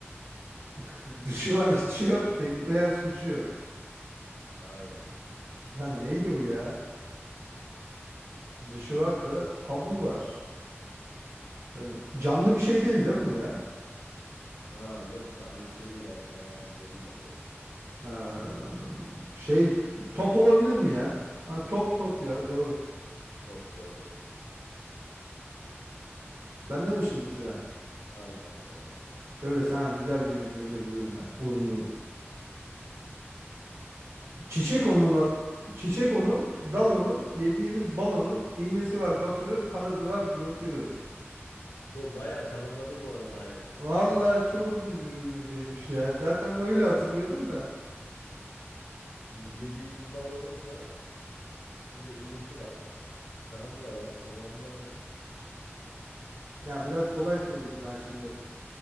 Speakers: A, on the right; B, on the left.
A: <laughs> Dışı var içi yok tekme yer suçu yok.
B: Aynen.
A: Lan neydi bu ya? Dışı var da kabuğu var. Böyle canlı bir şey değil değil mi bu ya?
B: Aa yok canlı bir şey değil. Hadi sana yardımcı olayım ben biraz.
A: Ha, şey top olabilir mi ya? Ha, top top ya
B: Top,
A: doğru.
B: top doğru.
A: Bende mi şimdi sıra?
B: Aynen sende.
A: Şöyle sana güzel bir bilmece bulayım ben. Uzun. Çiçek onun çiçek onun, dal onun, yediğimiz balonun iğnesi var batırır, kanadı var götürür.
B: Bu bayağı tanımladın bu arada hayvanı.
A: Vallahi çok uzun bir bilmeceymiş ya. Zaten öyle hatırlıyordum da.
B: Şimdi yediğimiz balonunsa bir de iğnesi var. Kanadı da var. O zaman bu arı.
A: Ya biraz kolay sorayım sana şimdi.